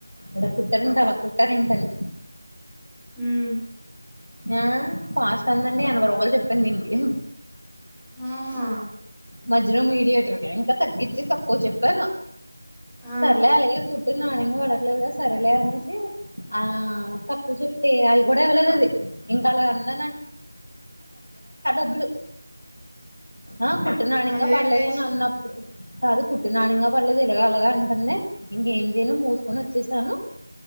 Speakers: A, on the left; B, in the centre.
A: ఇడ కుటనంట అాల కుటారుంటని
B: హమ్
A: ఆ ఫస్ట్ అందండి ఎనభై రూపాయలు చెప్పింది ఇండి
B: ఆహా
A: మధ్రం మీడియేటర్ క ఇంకా తగ్గచ్చి తక్కువ చెప్పాను
B: ఆ!
A: సర్లే అలాగే కు నాణ్యంగా పడట్లేదు కదా సరేలే అనేసి ఆ తక్కువ చెప్తే అవి కూడా ఇవ్వలేదు అది చెప్తే అవి కూడా ఇవ్వలేదు అది ఆ కుట్టి నాణంగా
B: అదేంటి
A: పడలేదని
B: చ
A: అన్నప్పుడు కాదు కుట్ నాణ్యంగా పళ్లే తెలగ అలాగా అంటుంద ఇంకేం చేయను మూసుకొని వచ్చేసాను